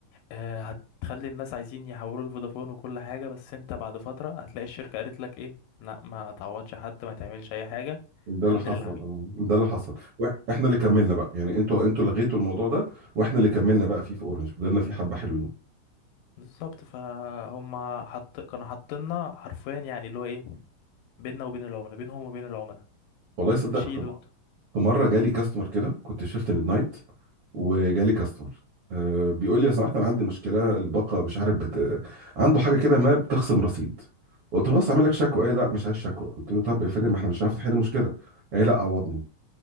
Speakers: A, on the left; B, on the right.
A: آه هتخلي الناس عايزين يحولوا لفودافون وكل حاجة بس انت بعد فترة هتلاقي الشركة قالت لك ايه لا ما تعوضش حد ما تعملش اي حاجة
B: ده اللي
A: هندل
B: حصل
A: العميل
B: اه ده اللي حصل وإح- احنا اللي كملنا بقى يعني انتوا انتوا لغيتوا الموضوع ده واحنا اللي كملنا بقى فيه في اورنج فضلنا فيه حبه حلوين
A: بالظبط فهم حط كانوا حاطيننا حرفيا يعني اللي هو ايه بيننا وبين العملاء بينهم وبين العملاء
B: والله صدق
A: شيلوا انتوا
B: في مره جالي كاستمر كده كنت في شيفت ميد نايت وجالي كاستمر أه بيقول لي لو سمحت انا عندي مشكله الباقه مش عارف بت... آه، عنده حاجه كده ما بتخصم رصيد قلت له بس اعمل لك شكوى ايه لا مش عايز شكوى قلت له طب يا فندم ما احنا مش عارف نحل المشكله ايه لا عوضني